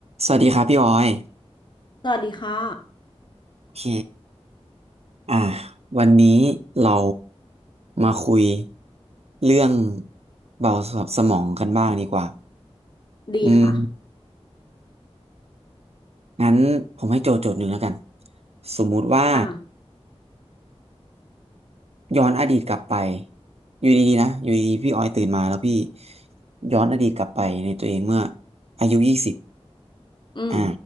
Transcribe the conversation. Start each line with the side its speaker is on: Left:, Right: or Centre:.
Right: สวัสดีครับพี่ออย
Left: สวัสดีค่ะ
Right: โอเคอ่าวันนี้เรามาคุยเรื่องเบาสมองกันบ้างดีกว่า
Left: ดีค่ะ
Right: อืมงั้นผมให้โจทย์โจทย์หนึ่งแล้วกันสมมุติว่า
Left: อ่า
Right: ย้อนอดีตกลับไปอยู่ดีๆนะอยู่ดีๆพี่ออยตื่นมาแล้วพี่ย้อนอดีตกลับไปในตัวเองเมื่ออายุยี่สิบ
Left: อืม
Right: อ่า